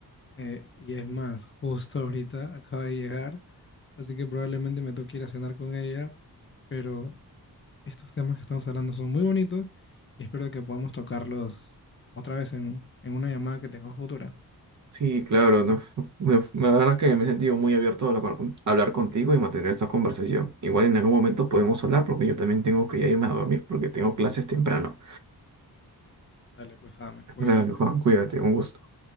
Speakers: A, on the left; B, on the right.
A: Eh, y es más, justo ahorita acaba de llegar, así que probablemente me toque ir a cenar con ella, pero estos temas que estamos hablando son muy bonitos y espero que podamos tocarlos otra vez en, en una llamada que tengamos futura.
B: Sí, claro, no, <laughs> Me- La verdad que me he sentido muy abierto a hablar con- hablar contigo y mantener esta conversación. Igual en algún momento podemos hablar porque yo también tengo que ya irme a dormir porque tengo clases temprano.
A: Dale, pues, James, cuídate.
B: Dale, Juan, cuídate, un gusto.